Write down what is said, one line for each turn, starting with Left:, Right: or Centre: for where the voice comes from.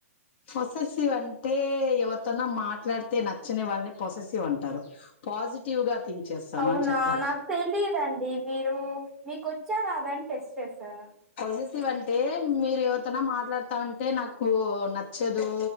Left: ప్రొసెసివ్ అంటే ఎవరితోనా మాట్లాడితే నచ్చని వాళ్ళని ప్రొసెసివ్ అంటారు పాజిటివ్ గా థింక్ చేస్తాను
Centre: అవునా
Left: అని చెప్పాలి
Centre: నాకు తెలియదండి మీరు మీకొ చ్చా రాదని టెస్ట్ చేశారా
Left: పొసెస్సివ్ అంటే మీరు ఎవరితోన మాట్లాడుతాంటే నాకు నచ్చదు